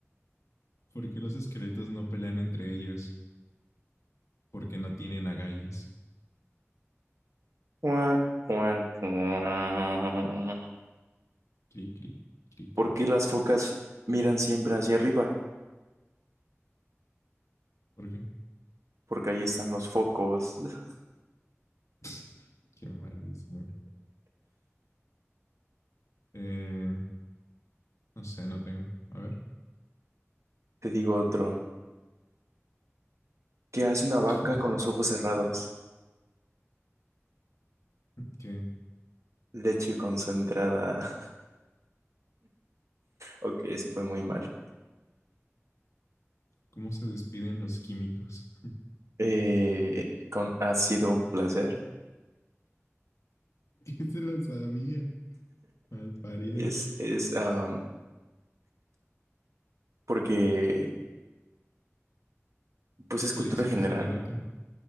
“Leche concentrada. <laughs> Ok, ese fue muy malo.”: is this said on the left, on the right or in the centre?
Right